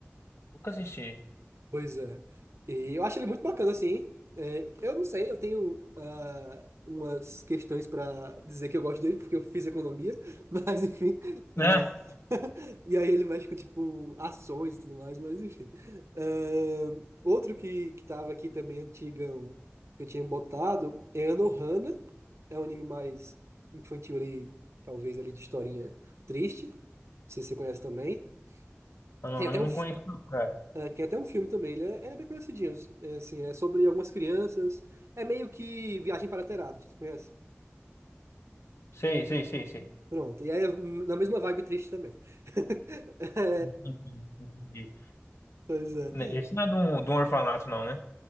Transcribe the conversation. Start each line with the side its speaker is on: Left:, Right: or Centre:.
Left: Nunca assisti.
Right: Pois é. E eu acho ele muito bacana, assim. É, eu não sei, eu tenho ah, umas questões para dizer que eu gosto dele, porque eu fiz economia, <laughs> mas enfim.
Left: Né?
Right: ah, <laughs> e aí ele mexe com, tipo, ações e tudo mais, mas enfim. Ah, outro que, que tava aqui também, antigão, que eu tinha botado, é Anohana. É um anime mais infantil ali, talvez ali de historinha triste. Não sei se você conhece também.
Left: Eu não,
Right: Tem até um
Left: não conheço, não, cara.
Right: é, tem até um filme também, ele é, ele é bem parecidinho. É, assim, é sobre algumas crianças. É meio que Viagem para Terabithia, você conhece?
Left: Sei, sei, sei, sei.
Right: Pronto. E aí é na mesma vibe triste também. <laughs> É,
Left: Entendi, entendi.
Right: pois é.
Left: Né, Esse não é de um, de um orfanato, não, né?